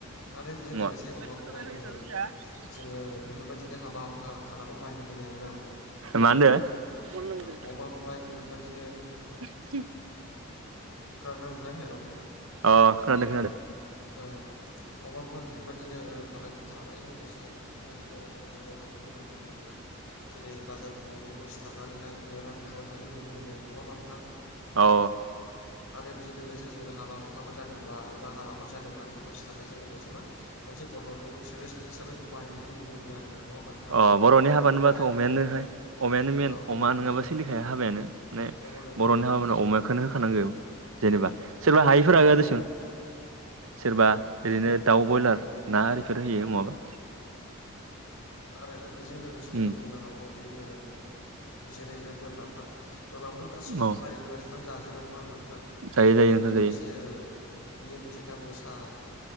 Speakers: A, on the left; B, on the right.
A: आरो बेजों लोगोसे
B: मा <unintelligible>
A: अमाखौहाय जोङो ओ बेफोरबायदिनो हाबा हुखा खालामो बाहायनाय जायो आरोना।
B: मा होनदो
A: ओ अमाखौहाय बेफोरबायदिनो
B: <unintelligible> अ
A: खोनादोंना नोंथां हेलौ
B: अ खोनादों खोनादों।
A: ओ अमाखौबा बेफोरबायदिनो ओ फालांगि खालामनायजों लोगोसे बेफोरबायदिनो जों मावनायखौ नुनो मोनो आरोना जेरै बाजारफ्राव बेखौ स्टाप थुनानैहाय रां खामायखौ जों नुनो मोनो नङा होनबा नोंथां।
B: औ
A: आरो बेजों लोगोसे जोङो हाबा हुखाफोर जादोंब्ला एबा हाबाफोर जादोंब्ला बेखौ सिथारनायजों लोगोसे मा मोनसे बर'नि ट्रेडिसनेल हिसाबै बेखौ बाहायनायखौ जों नुनो मोनो आरोना नङा होमबा नोंथां
B: अ बर'नि हाबा होनोबाथ'
A: आरो
B: अमायानोहाय अमायानो मेन
A: औ
B: अमा नङाबा सोलिखाया हाबायानो माने
A: नंगौ नंगौ
B: बर'नि हाबा नो अमाखौनो होखानांगौ जेनेबा
A: औ
B: सोरबा हायिफोरा
A: औ
B: होआ दिसुन सोरबा
A: औ
B: ओरैनो दाउ ब्रयलार ना आरिफोर होयो महाबा
A: औ आरो बेजों लोगोसे
B: उम
A: जोङो बुंनो हाबावो दि ओ जेरै बोरमाफोर बोरमाखौथ' गासैबो
B: औ
A: हारिनि मानसि बिफां जाजोबो नङा होमबा नोंथां
B: जायो
A: आरो
B: जायो
A: बियो
B: नोंथां
A: मोनसे
B: जायो
A: बियो मोनसे दाम गोसा